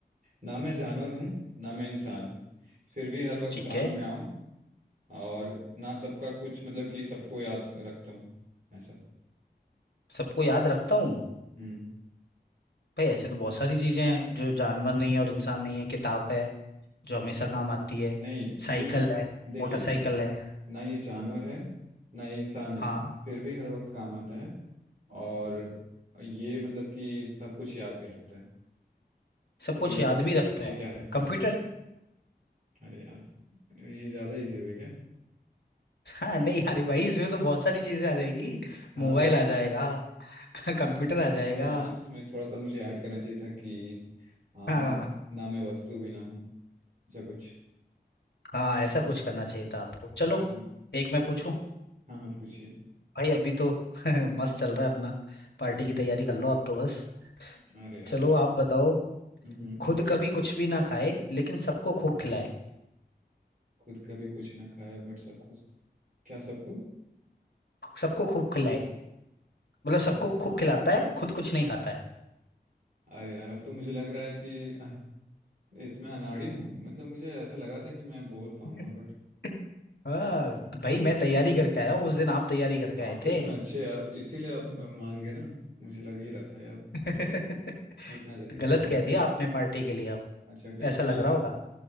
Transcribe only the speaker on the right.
ना मैं जानवर हूँ ना मैं इंसान फिर भी हर वक्त
काम
में आऊँ और ना सबका कुछ मतलब कि सबको याद रखता हूँ ऐसा
हम्म
नहीं
ये ना
देखिए
ना ये जानवर है ना ये इंसान है
फिर भी हर वक्त काम आता है और ये मतलब कि सब कुछ याद भी रखता है
तो ये
तो
ये
क्या है हाँ
अरे यार ये ज़्यादा इजी हो गया क्या
हाँ
बहुत
सारी
चीज़
हाँ इसमें थोड़ा सा मुझे ऐड करना चाहिए था कि हाँ
ना मैं वस्तु भी ना हूँ ऐसा कुछ
हम्म,
हाँ हाँ पूछिए
हम्म,
अरे यार
हम्म
खुद कभी कुछ ना खाया बट सबको क्या सबको
खुद
अरे यार अब तो मुझे लग रहा है कि इसमें अनाड़ी हूँ मतलब मुझे ऐसा लगा था कि मैं बोल
पाऊंगा बट
खुद
आप
तो
इसमें अच्छे यार इसीलिए आप मान गए ना मुझे लग ही रहा था यार
इतना जल्दी
कैसे मान
गए?
अच्छा फिर
ठीक
है